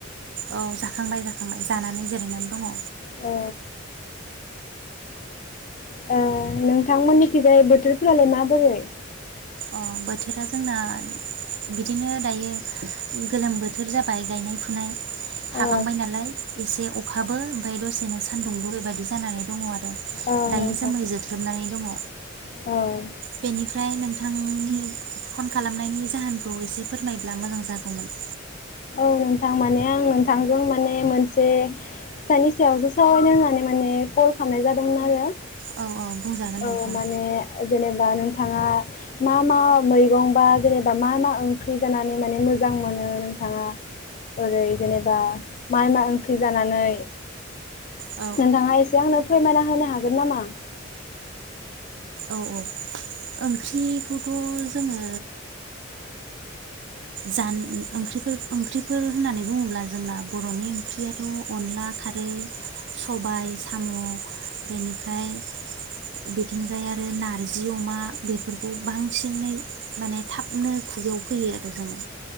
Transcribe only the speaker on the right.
औ जाखांबाय जाखांबाय जानानै जिरायनानै दङ'।
अ बोथोरा जोंना बिदिनो दायो गोलोम बोथोर जाबाय गायनाय फुनाय हाबांबाय
नालाय। एसे अखाबो ओमफाय दसेनो सान्दुंबो बेबायदि जानानै दङ आरो
दायो
जोमै जोख्लोबनानै दङ'।
बेनिफ्राय नोंथांनि फन खालामनायनि जाहोनखौ एसे फोरमायोब्ला मोजां जागौमोन।
औ औ बुंजागोन
नोंथां।
औ
औ औ। ओंख्रिखौथ' जोङो जान ओंख्रिफोर ओंख्रिफोर होननानै बुङोब्ला जोंना बर'नि ओंख्रियाथ' अनला खारै, सबाय, साम' बेनिफ्राय बिथिंजाय आरो नारजि अमा बेफोरखौ बांसिनै माने थाबनो खुगायाव फैयो। दो जोङो